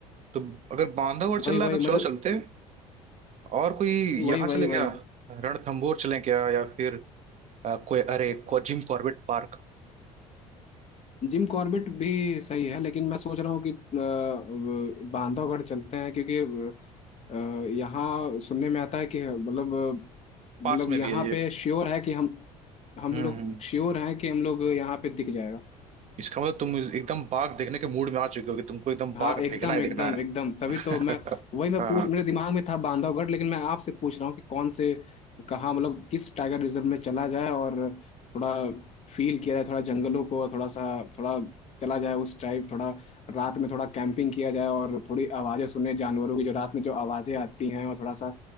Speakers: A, on the right (about 40°); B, on the left (about 35°).
A: तो अगर बांधवगढ़ चल
B: वही
A: रहा
B: वही
A: है तो
B: मतलब
A: चलो चलते हैं और कोई यहाँ
B: वही वही
A: चले
B: वही
A: क्या रणथंबोर चले क्या या फिर अ, कोई अरे को, जिम कॉर्बेट पार्क
B: जिम कॉर्बेट भी सही है लेकिन मैं सोच रहा हूँ कि अ, अ, बांधवगढ़ चलते हैं क्योंकि अ, अ, यहाँ सुनने में आता है कि मतलब अ,
A: पास
B: मतलब
A: में
B: यहाँ
A: भी है ये
B: पे श्योर है कि हम हम
A: हम्म
B: लोग
A: हम्म।
B: श्योर हैं कि हम लोग यहाँ पे दिख जाएगा
A: इसका मतलब तुम एकदम बाघ देखने के मूड में आ चुके हो कि तुमको एकदम बाघ
B: हाँ एकदम
A: देखना ही
B: एकदम
A: देखना है
B: एकदम तभी
A: <laughs>
B: तो मैं वही मैं
A: हाँ
B: पूछ मेरे दिमाग में था बांधवगढ़ लेकिन मैं आपसे पूछ रहा हूँ कि कौन से कहाँ मतलब किस टाइगर रिजर्व में चला जाए और थोड़ा फील किया जाए थोड़ा जंगलों को और थोड़ा सा थोड़ा चला जाए उस टाइप थोड़ा रात में थोड़ा कैंपिंग किया जाए और थोड़ी आवाजें सुने जानवरों की जो रात में जो आवाजें आती हैं और थोड़ा सा